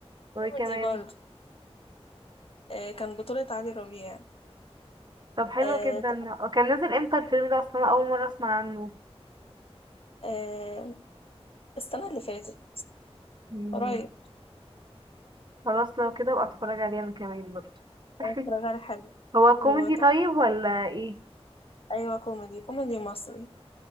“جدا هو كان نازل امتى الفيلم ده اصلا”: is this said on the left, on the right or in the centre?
Right